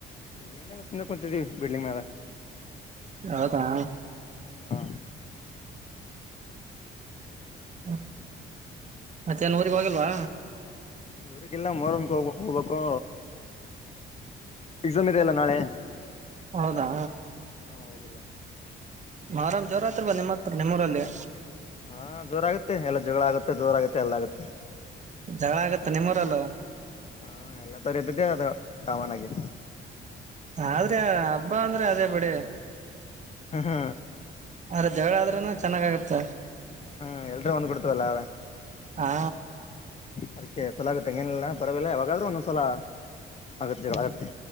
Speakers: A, on the left (about 35°); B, on the right (about 35°).
A: ಏನೆಲ್ಲ ಸುಮ್ನೆ ಕುಂತೀದೀವಿ ಬಿಲ್ಡಿಂಗ್ ಮ್ಯಾಲ
B: ಹೌದಾ
A: ಹಾ
B: ಹಾ ಮತ್ತ ಏನ್ ಊರಿಗ್ ಹೋಗಿಲ್ವಾ
A: ಊರ್ಗಿಲ್ಲ ಮೊಹರಂ ಹೋಗ ಹೋಗ್ಬೇಕು ಎಕ್ಸಾಮ್ ಇದೆ ಅಲ್ಲ ನಾಳೆ
B: ಹೌದಾ
A: ಹಾ ಹೋಗಿಲ್ಲ
B: ಮೋರಂ ಜೋರಾತ್ರಿ ಬರೋದು ನಿಮ್ಮ ಹತ್ರ ನಿಮ್ಮೂರಲ್ಲಿ.
A: ಹಾ ಜೋರ ಆಗುತ್ತೆ ಎಲ್ಲ ಜಗಳ ಆಗುತ್ತೆ ಜೋರಾಗತ್ತೆ ಎಲ್ಲ ಆಗುತ್ತೆ.
B: ಜಗಳ ಆಗತ್ತ ನಿಮ್ಮೂರಲ್ಲು.
A: ಹ್ಹಾ ಎಲ್ಲ ಕಡೆ ಇದ್ದಿದ್ದೆ ಅದು ಕಾಮನ್ ಆಗಿ.
B: ಆದ್ರೆ ಹಬ್ಬಾ ಅಂದ್ರೆ ಅದೇ ಬಿಡಿ.
A: ಹ ಹಾ
B: ಆದ್ರ ಜಗಳ ಆದ್ರೂನು ಚೆನ್ನಾಗಗತ್ತ.
A: ಹ್ಮ ಎಲ್ರೂ ಒಂದ್ಬಿಡ್ತವಲ್ಲ ಅದ್ಕ.
B: ಹಾ
A: ಅದಕ್ಕೆ ಚಲ ಆಗುತ್ತೆಂಗೇನಲ್ಲ ಪರವಾಗಿಲ್ಲ ಯಾವಾಗಾದ್ರೂ ಒಂದೊಂದ್ಸಲ ಆಗುತ್ತೆ ಜಗಳ ಆಗುತ್ತೆ.